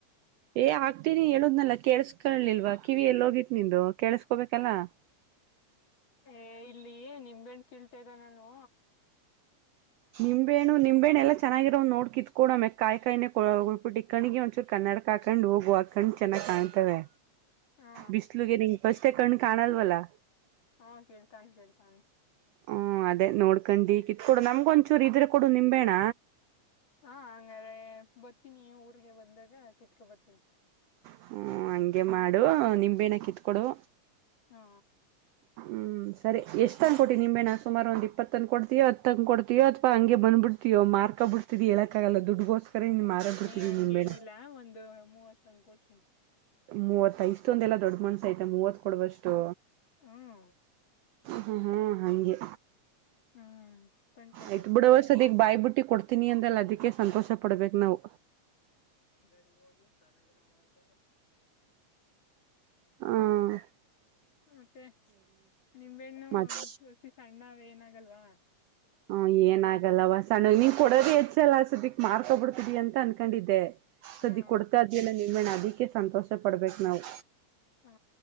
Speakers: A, on the right (about 85°); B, on the left (about 45°).
A: ಏ ಆಗ್ತೀನಿ ಹೇಳುದ್ನಲ್ಲ ಕೇಸ್ಕೊಳ್ಳಲಿಲ್ವಾ ಕಿವಿ ಎಲ್ಲಿ ಹೋಗಿತ್ತು ನಿಂದ ಕೇಸ್ಕೋಬೇಕಲ್ಲ <inaudible>
B: ಏ ಇಲ್ಲಿ ನಿಂಬೆನ್ ಕಿಲ್ತಿದ್ನ ನಾನು
A: ನಿಂಬೆಣು ನಿಂಬೆಣ್ಣ ಎಲ್ಲ ಚೆನ್ನಾಗಿರೋ ನೋಡ್ ಕಿತ್ಕ ಕೊೋ ಮೆ ಕಾಯಿ ಕಾಯಿ ಉಬಿಟ್ಟಿ ಕಣ್ಣಿ ಒಂದಚೂರು ಕಣ್ಣ ಕನಡ್ಕಾಕಂಡ್ ಹೋಗು ಹಾಕಂಡ್ ಚೆನ್ನಾಗ್ ಕಾಣ್ತವೆ
B: ಹಾ
A: ಬಿಸ್ಲುಗೆ ನೀ ಪಷ್ಟೆ ಕಣ್ಣು ಕಾಣಲ್ವಲ್ಲಾ
B: ಹಾ ಕೇಳ್ತಾನೆ ಕೇಳ್ತಾನ
A: ಹ್ಮ ಅದೇ ನೋಡ್ಕಂಡಿ ಕಿತ್ಕೊಡು ನಮ್ಗ ಒಂಚೂರು ಇದ್ರೆ ಕೊಡು ನಿಂಬೇಣ
B: ಹಾ ಹಂಗಾರೆೆ ಬರ್ತೀನಿ ಊಗೆ ಬಂದಾಗ ಕಿತ್ಕೊ ಬರ್ತೀನಿ
A: ಹ್ಮ ಹಂಗೆ ಮಾಡು ನಿಂಬೆನ ಕಿತ್ಕೊಡು
B: ಹಾ
A: ಹ್ಮ್ ಸರಿ ಎಷ್ಟ ಕೊ ನಿಂಬೆ ನಾ ಸುಾರ ಒಂದ ಇಪ್ಪತ್ತಂದ ಕೊಡ್ತೀವ ಹ ಕೊಡ್ತೀವ ಅಥವಾ ಹಂ ಬ್ಬ ಬಿಡ್ತವೋ ಮಾರ್ಕ್ ಬಿಡ್ ಇರ್ತಿ ಹೇಳಕ್ಕ ಆಗಲ್ಲ ದುಡ್ಗೋಸ್ಕರ ನೀನ್ ಮಾರಾ ಬಿಡ್ತೀವಿ
B: ಅಯ್ಯ ಹಂಗೇನಿಲ್ಲ
A: ನಿಂಬೆಣ
B: ಒಂದು ಮೂವತ್ ತಂಗ ಕೊಡ್ತೀನಿ
A: ಮೂವತ್ ಇಷ್ಟೊಂದ ಎಲ್ಲಾ ದೊಡ್ಡ ಮನ್ಸ ಐತೆ ಮೂವತ್ ಕೊಡುವಷ್ಟು
B: ಹ್ಮ್
A: ಹ್ಮ್ ಹ್ಮ್ ಹಂಗೆ
B: ಹ್ಮ್ ತಂಗ ಕೊಡ್ದ
A: ಆಯ್ತ್
B: ಬಿಡು
A: ಬಿಡೂ ಸದ್ಯಕ್ಕೆ ಬಾಯ್ಬ ಬಿಟ್ಟಿ ಕೊಡ್ತೀನಿ ಅಂದಲ್ಲ ಅದಿ ಕೆ ಸಂತೋಷ ಪಡ್ಬೇಕು ನಾವು
B: ಗ ಹೋಗ ಚೆನ್ನಾಗಿನ ಮಾಡ್ತ
A: ಹ್ಮ
B: ಮತ್ತೆ ನಿಂಬೆಣ್ಣು
A: ಮತ್
B: ದೋಸಿ ಸಣ್ಣ ಏನಾಗಲ್ವಾ
A: ಹ ಏನಾಗಲ್ಲವ ಸಣ್ಣ ನೀವ್ ಕೊಡದೇ ಹೆಚ್ಚ ಎಲ್ಲ ಅಸತಿ ಮಾಡ್ಕೊಬಿಡ್ತಿದಿ ಅಂತ ಅನ್ಕೊಂಡಿದ್ದೆ ಸದ್ದಿ
B: ಹಾ
A: ಕೊಡ್ತಾ ಇದಿಲ್ಲ ನಿಮ್ಮೇಣ ಅದಕ್ಕೆ ಸಂತೋಷ ಪಡ್ಬೇಕು ನಾವು
B: ಹಾ